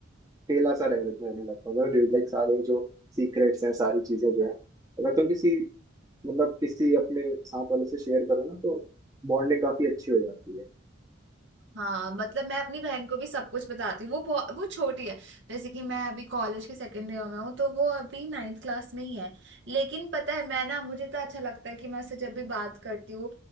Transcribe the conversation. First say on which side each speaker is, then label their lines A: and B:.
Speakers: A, on the right; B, on the right.
A: अकेला सा रह रहने लगता था लाइक सारे जो सीक्रेट्स हैं सारी चीजें जो है अगर तुम किसी मतलब किसी अपने साथ वाले से शेयर करो ना तो बॉन्डिंग काफी अच्छी हो जाती है
B: हाँ मतलब मैं अपनी बहन को भी सब कुछ बताती हूँ वो बहु- वो छोटी है जैसे कि मैं अभी कॉलेज के सेकेंड ईयर में हूँ तो वो अभी नाइन्थ क्लास में ही है लेकिन पता है मैं ना मुझे तो अच्छा लगता है कि मैं उससे जब भी बात करती हूँ